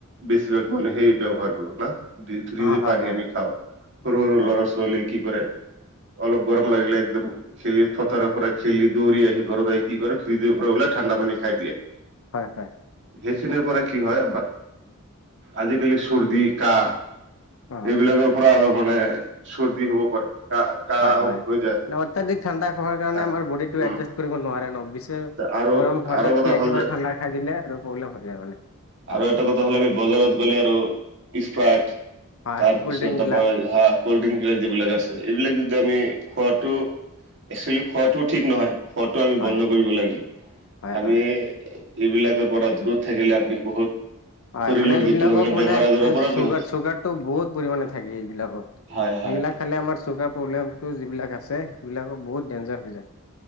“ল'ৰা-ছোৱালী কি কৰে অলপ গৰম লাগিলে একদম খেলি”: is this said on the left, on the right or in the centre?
Right